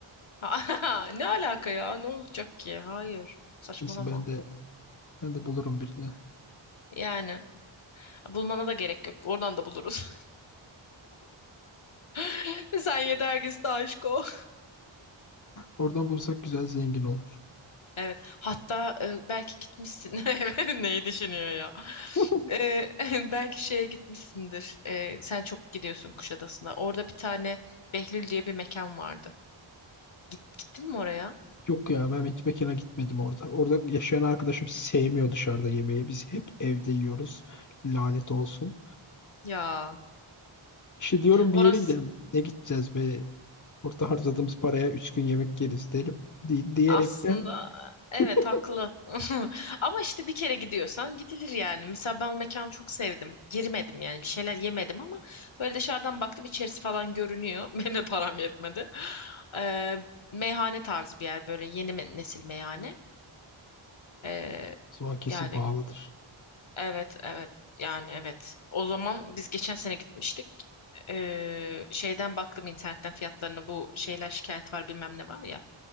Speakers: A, on the left; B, on the left.
A: <laughs> Ne alaka ya? Ne olacak ki? Hayır. Saçmalama.
B: Neyse ben de ben de bulurum birini.
A: Yani bulmana da gerek yok. Oradan da buluruz. <laughs> Sen yeter ki işte aşk ol.
B: Oradan bulursak güzel zengin olur.
A: Evet. Hatta e, belki gitmişsin. <laughs> Evet, Neyi düşünüyor ya?
B: <laughs>
A: E, <laughs> belki şeye gitmişsindir. E, sen çok gidiyorsun Kuşadası'na. Orada bir tane Behlül diye bir mekan vardı. Git, gittin mi oraya?
B: Yok ya ben hiç mekana gitmedim orada. Orada yaşayan arkadaşım sevmiyor dışarıda yemeği. Biz hep evde yiyoruz. Lanet olsun.
A: Ya.
B: İşte diyorum bir
A: Orası.
B: yere gidelim. Ne gideceğiz be? Orada harcadığımız paraya üç gün yemek yeriz derim. Di- diyerekten
A: Aslında
B: <laughs>
A: evet
B: o
A: haklı. <laughs> Ama işte bir kere gidiyorsan gidilir yani. Mesela ben o mekanı çok sevdim. Girmedim yani bir şeyler yemedim ama böyle dışarıdan baktım içerisi falan görünüyor. <laughs> Benim de param yetmedi. Ee, meyhane tarzı bir yer böyle yeni me- nesil meyhane. Ee,
B: zaman kesin
A: yani
B: pahalıdır.
A: evet evet yani evet. O zaman biz geçen sene gitmiştik. Ee, şeyden baktım internetten fiyatlarına bu şeyler şikayet var bilmem ne var ya.